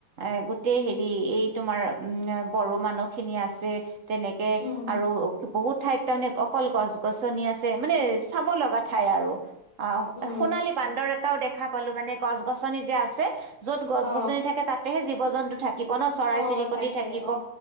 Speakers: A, on the right; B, on the left.
A: এ গোটেই হেৰি এই তোমাৰ উম বড়ো মানুহ খিনি আছে আছে তেনেকে
B: উম,
A: আৰু বহুত ঠাইত তাৰমানে অকল গছ গছনি আছে মানে চাব লগা ঠাই আৰু আহ
B: উম,
A: সোণালী বান্দৰ এটাও দেখা পালো মানে গছ গছনি যে আছে য'ত গছ
B: অ।
A: গছনি থাকে তাতেহে জীৱ জন্তু থাকিব ন চৰাই
B: অ
A: চিৰিকট
B: থাকে
A: থাকিব
B: অ,